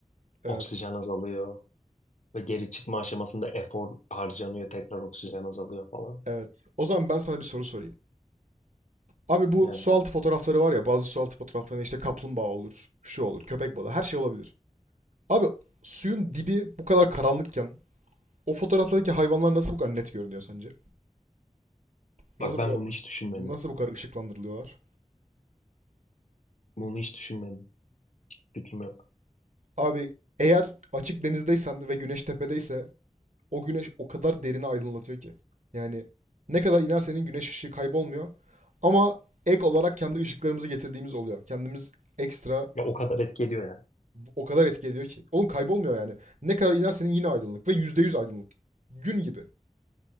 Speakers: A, on the right (about 75°); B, on the left (about 70°).
A: Ee,
B: oksijen azalıyor ve geri çıkma aşamasında efor harcanıyor, tekrar oksijen azalıyor falan.
A: Evet. O zaman ben sana bir soru sorayım. Abi bu
B: Evet.
A: sualtı fotoğrafları var ya bazı sualtı fotoğraflarında işte kaplumbağa olur, şu olur, köpek balığı her şey olabilir. Abi suyun dibi bu kadar karanlıkken o fotoğraflardaki hayvanlar nasıl bu kadar net görünüyor sence? Nasıl
B: Bak ben
A: bu kadar,
B: bunu hiç düşünmedim.
A: nasıl bu kadar ışıklandırılıyorlar?
B: Bunu hiç düşünmedim. Fikrim yok.
A: Abi eğer açık denizdeysen ve güneş tepedeyse o güneş o kadar derine aydınlatıyor ki. Yani ne kadar inersenin güneş ışığı kaybolmuyor ama ek olarak kendi ışıklarımızı getirdiğimiz oluyor. Kendimiz ekstra
B: Ya o kadar etki ediyor yani.
A: O kadar etki ediyor ki. Oğlum kaybolmuyor yani. Ne kadar inersen yine aydınlık ve %100 aydınlık. Gün gibi.